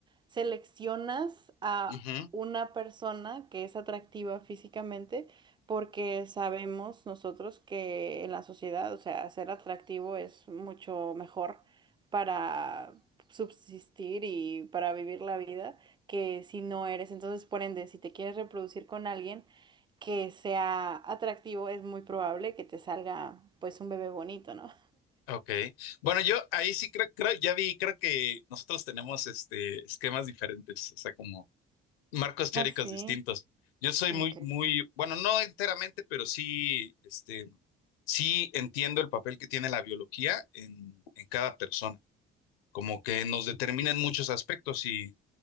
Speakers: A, on the right; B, on the left.
A: seleccionas a
B: ujú,
A: una persona que es atractiva físicamente porque sabemos nosotros que en la sociedad, o sea, ser atractivo es mucho mejor para subsistir y para vivir la vida que si no eres. Entonces, por ende, si te quieres reproducir con alguien que sea atractivo, es muy probable que te salga pues un bebé bonito, ¿no?
B: ok. Bueno, yo ahí sí creo, creo, ya vi, creo que nosotros tenemos este, esquemas diferentes, o sea, como marcos teóricos
A: Ah, sí.
B: distintos. Yo soy
A: Ok.
B: muy, muy, bueno, no enteramente, pero sí, este, sí entiendo el papel que tiene la biología en, en cada persona, como que nos determina en muchos aspectos y